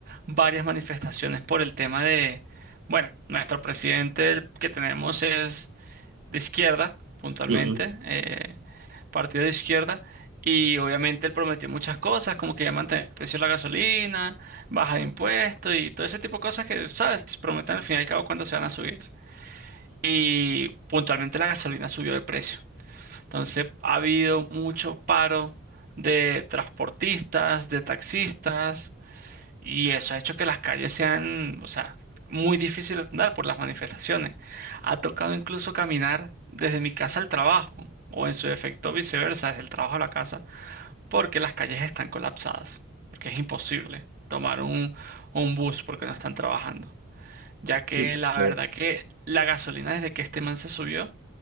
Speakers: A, on the right; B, on the right.
A: varias manifestaciones por el tema de, bueno, nuestro presidente el que tenemos es de izquierda, puntualmente,
B: Ujú,
A: eh, partido de izquierda, y obviamente él prometió muchas cosas, como que ya mantener el precio de la gasolina, baja de impuestos y todo ese tipo de cosas que, ¿sabes? Prometen al fin y al cabo cuando se van a subir y puntualmente la gasolina subió de precio. Entonces ha habido mucho paro de transportistas, de taxistas, y eso ha hecho que las calles sean, o sea, muy difícil de andar por las manifestaciones. Ha tocado incluso caminar desde mi casa al trabajo, o en su defecto viceversa, desde el trabajo a la casa, porque las calles están colapsadas, porque es imposible tomar un, un bus porque no están trabajando. Ya que
B: ujú. Sí.
A: la verdad que la gasolina desde que este man se subió,